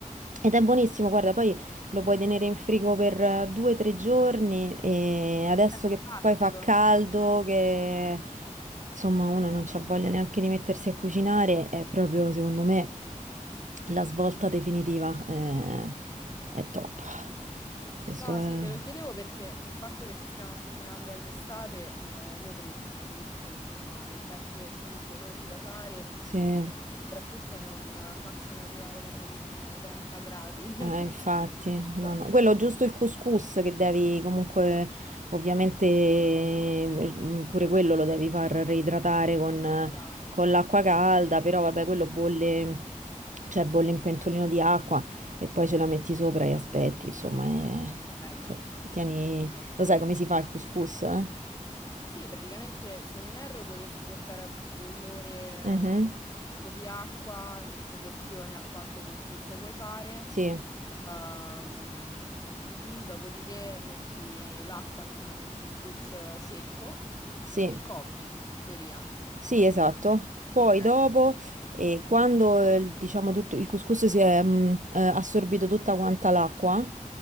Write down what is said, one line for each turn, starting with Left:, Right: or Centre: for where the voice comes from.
Right: Ed è buonissimo, guarda, poi lo puoi tenere in frigo per eh, due o tre giorni e adesso
Left: È fantastico.
Right: che poi fa caldo, che insomma uno non c'ha voglia neanche di mettersi a cucinare, è proprio secondo me la svolta definitiva, eh, è top. Questo
Left: No, sì,
Right: è...
Left: te lo chiedevo perché col fatto che ci stiamo avvicinando all'estate, eh, io pre- preferisco, insomma, ricette più veloci da fare
Right: Sì.
Left: e che soprattutto non facciano arrivare la mia cucina ai 30 gradi.
Right: Eh, infatti,
Left: <laughs> Ogni Volta
Right: no, no. Quello giusto il couscous che devi comunque, ovviamente, mm, pure quello lo devi far reidratare con,
Left: da dare.
Right: con l'acqua
Left: Mm,
Right: calda, però vabbè, quello bolle, cioè bolle in pentolino di acqua e poi ce la metti sopra e aspetti, insomma, è-
Left: Ok.
Right: cioè, tieni... Lo sai come si fa il couscous? eh?
Left: Sì, praticamente, se non erro, dovresti portare a bollore
Right: Mhm.
Left: eh, un po' di acqua in proporzione a quanto couscous vuoi fare.
Right: Sì,
Left: Ehm, mm, mm, mm, dopodiché metti l'acqua, insomma, nel couscous eh, secco
Right: sì,
Left: e copri, in teoria.
Right: Sì, esatto. Poi
Left: Ok?
Right: dopo, eh, quando eh, il- diciamo tutto, il couscous si è mh, eh, assorbito tutta quanta l'acqua,